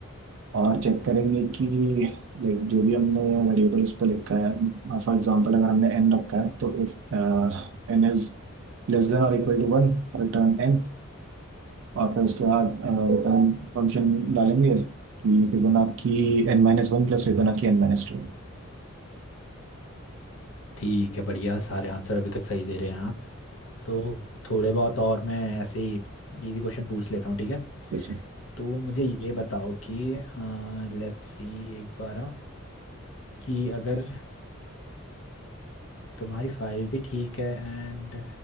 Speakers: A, on the right; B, on the left.
A: और चेक करेंगे कि लाइक जो भी हमने वेरिएबल्स पे लिखा है फॉर एग्जांपल अगर हमने एन रखा है तो if N is less than और equal to one return N और फिर उसके बाद रिटर्न फंक्शन डालेंगे कि Fibonacci N minus one plus Fibonacci N minus two
B: ठीक है बढ़िया सारे आंसर अभी तक सही दे रहे हैं आप तो थोड़े बहुत और मैं ऐसे ही इजी क्वेश्चन पूछ लेता हूँ ठीक है
A: जैसे
B: तो मुझे ये बताओ कि लेट्स सी एक बार अ, कि अगर तुम्हारी फाइल भी ठीक है एंड